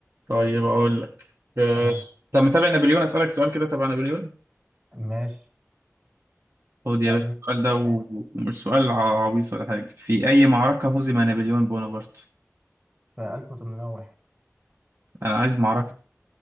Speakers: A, on the right; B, on the right.
A: طيب اقول لك أه...
B: أها
A: طب متابع نابليون اسالك سؤال كده تبع نابليون
B: ماشي
A: خد
B: سألني
A: يا باشا السؤال ده و-
B: ماشي
A: ومش سؤال ع- عويص ولا حاجه في اي معركه هزم نابليون بونابرت
B: في 1801
A: انا عايز معركه